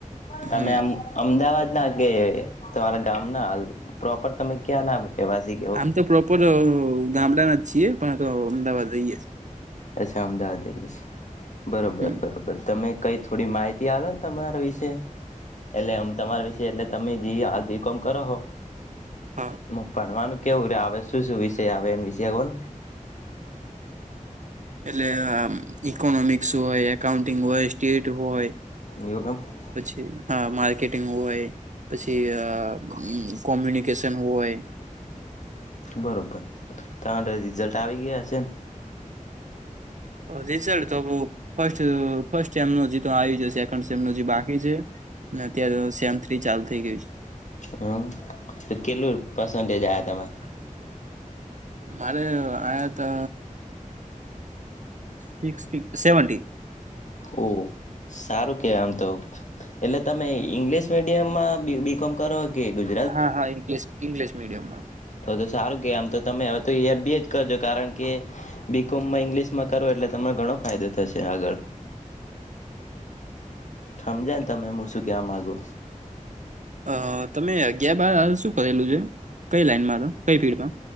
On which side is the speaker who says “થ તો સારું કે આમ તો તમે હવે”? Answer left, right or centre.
Left